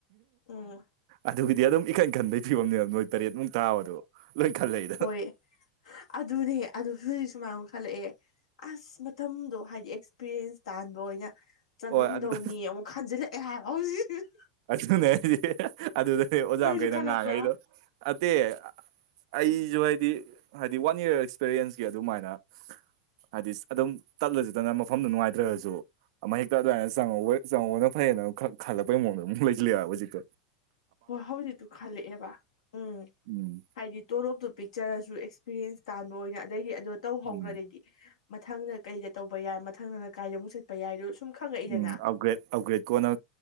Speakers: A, on the left; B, on the right.
A: ꯎꯝ
B: ꯑꯗꯨꯒꯤꯗꯤ ꯑꯗꯨꯝ ꯏꯈꯟ ꯈꯟꯕꯩ ꯐꯤꯕꯝꯅꯦꯕ ꯅꯣꯏ ꯇꯔꯦꯠꯃꯨꯛ ꯇꯥꯕꯗꯣ ꯂꯣꯏ ꯈꯜꯂꯛꯏꯗ
A: ꯍꯣꯏ ꯑꯗꯨꯅꯦ ꯑꯗꯨ ꯍꯧꯖꯤꯖꯤꯛ ꯁꯨꯃꯥꯏꯅꯨꯛ ꯈꯜꯂꯛꯑꯦ ꯑꯁ ꯃꯇꯝꯗꯣ ꯍꯥꯏꯗꯤ ꯑꯦꯛꯁꯄꯤꯔꯤꯌꯦꯟꯁ ꯇꯥꯟꯕ ꯑꯣꯏꯅ ꯆꯪꯉꯝꯗꯧꯅꯤ
B: ꯍꯣꯏ ꯑꯗꯨꯗ
A: ꯑꯃꯨꯛ ꯈꯟꯖꯤꯜꯂꯛꯑꯦ ꯍꯥꯏꯕ <unintelligible>
B: ꯑꯗꯨꯅꯦ ꯑꯩꯗꯤ ꯑꯗꯨꯗ ꯑꯣꯖꯥꯈꯩꯩꯅ
A: ꯅꯣꯏꯁꯨ ꯈꯜꯂꯛꯄ꯭ꯔꯥ
B: ꯉꯥꯡꯉꯩꯗꯣ ꯑꯠꯇꯦ ꯑꯩꯁꯨ ꯍꯥꯏꯗꯤ ꯍꯥꯏꯗꯤ ꯋꯥꯟ ꯏꯌꯥꯔ ꯑꯦꯛꯁꯄꯤꯔꯤꯌꯦꯟꯁꯀꯤ ꯑꯗꯨꯃꯥꯏꯅ ꯍꯥꯏꯗꯤ ꯑꯗꯨꯝ ꯇꯠꯂꯁꯨꯗꯅ ꯃꯐꯝꯗ ꯅꯨꯡꯉꯥꯏꯇ꯭ꯔꯁꯨ ꯃꯍꯤꯛ ꯑꯗꯨꯥꯏꯅ ꯆꯪꯉꯧꯕ ꯆꯪꯉꯧꯕꯅ ꯐꯩꯌꯦꯅ ꯈꯜꯂꯛꯄꯩ ꯃꯑꯣꯡꯗ ꯑꯃꯨꯛ ꯂꯩꯁꯤꯜꯂꯦ ꯍꯥꯏꯕ ꯍꯧꯖꯤꯛ
A: ꯍꯣꯏ ꯍꯧꯖꯤꯛꯇꯨ ꯈꯜꯂꯛꯑꯦꯕ ꯎꯝ
B: ꯎꯝ
A: ꯍꯥꯏꯗꯤ ꯇꯣꯣꯔꯣꯞꯇꯣ ꯄꯤꯛ ꯤꯆꯔꯁꯨ ꯑꯦꯛꯁꯄꯤꯔꯤꯌꯦꯟꯁ ꯇꯥꯟꯕ ꯑꯣꯏꯅ ꯑꯗꯩꯗꯤ ꯑꯗꯣ ꯇꯧꯍꯧꯈ꯭ꯔꯗꯤ
B: ꯎꯝ
A: ꯃꯊꯪꯗ ꯀꯩꯗ ꯇꯧꯕ ꯌꯥꯏ ꯃꯊꯪꯗꯅ ꯀꯥꯏꯗ ꯑꯃꯨꯛ ꯆꯠꯄ ꯌꯥꯏꯗꯣ ꯁꯨꯝ ꯈꯪꯉꯛꯏꯗꯅ
B: ꯎꯝ ꯑꯞꯒ꯭ꯔꯦꯗ ꯑꯞꯒ꯭ꯔꯦꯗ ꯀꯣꯟꯅ